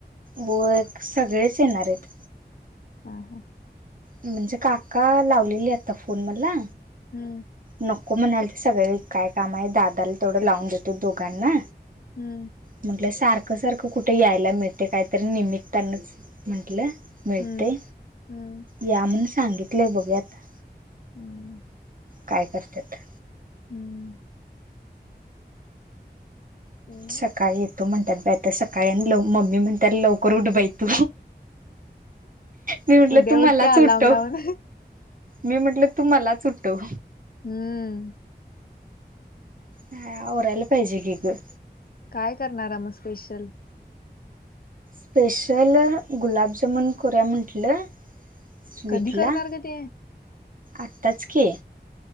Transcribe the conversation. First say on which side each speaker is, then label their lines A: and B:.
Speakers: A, on the right; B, on the left.
A: व्हय सगळेच येणारेत.
B: हां हं.
A: म्हणजे काका लावलेली आता फोन मला?
B: हम्म.
A: नको म्हणाल तर सगळे काय काम आहे, दादाला तेवढं लावून देतो दोघांना.
B: हम्म.
A: म्हटलं सारखं सारखं कुठे यायला मिळते, कायतरी निमित्तानच म्हंटलं. मिळतय
B: हम्म हम्म
A: या म्हणून सांगितलय बघूया आता.
B: हम.
A: काय करत्यात?
B: हम्म. हम्.
A: सकाळी येतो म्हणत्यात बाई आता सकाळी आणि ल मम्मी म्हणत्यात लवकर उठ बाई तू. मी म्हटल,
B: उद्या
A: तू
B: उठ
A: मलाच
B: की अलार्म
A: उठव.
B: लावून
A: मी म्हटलं तू मला च उठव.
B: हम्म.
A: ह आवरायला पाहिजे कि ग.
B: काय करणार ना मग स्पेशल?
A: स्पेशल गुलाबजामुन करूया म्हटलं. स्वीटला,
B: कधी करणार ग ते
A: आत्ताच कि?